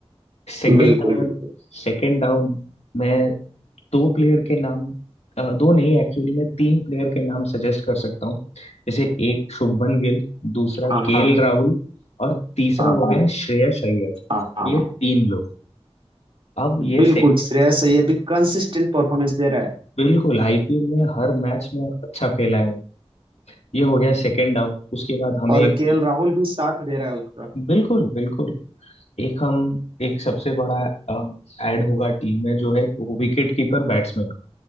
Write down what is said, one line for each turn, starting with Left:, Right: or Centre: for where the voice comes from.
Left: Second
Right: बिल्कुल
Left: down
Right: बिल्कुल
Left: second down मैं दो प्लेयर के नाम अ, दो नहीं एक्चुअली मैं तीन प्लेयर के नाम सजेस्ट कर सकता हूँ जैसे एक शुभमन गिल दूसरा
Right: हाँ
Left: केएल केएल राहुल और तीसरा
Right: हाँ
Left: हो गया हाँ श्रेयस अय्यर
Right: हाँ हाँ
Left: ये
Right: हाँ
Left: तीन लोग अब ये
Right: बिल्कुल
Left: सेकेंड
Right: श्रेयस अय्यर भी कंसिस्टेंट परफॉर्मेंस दे रहा है
Left: बिल्कुल आईपीएल में हर मैच में अच्छा खेला है उन्होंने ये हो गया सेकेंड डाउन उसके बाद हमें
Right: और
Left: एक
Right: केएल राहुल भी साथ दे रहा है उसका
Left: बिल्कुल बिल्कुल एक हम एक सबसे बड़ा ऐड होगा टीम में जो है विकेट कीपर बैट्समैन